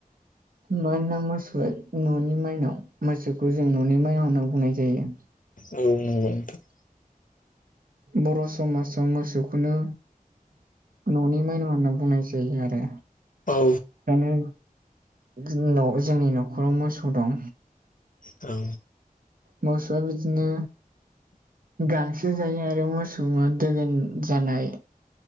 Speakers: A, on the right (about 70°); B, on the left (about 65°).
A: मानोना मोसौआ न'नि माइनाव मोसौखौ जों न'नि माइनाव होनाव बुंनाय जायो
B: औ <unintelligible>
A: बर' समाजाव मोसौखौनो न'नि माइनाव होनना बुंनाय जायो आरो
B: औ
A: खायनो जोंनाव जोंनि न'खराव मोसौ दं
B: औ
A: मोसौआ बिदिनो गांसो जायो आरो मोस <unintelligible> दोगोन जानाय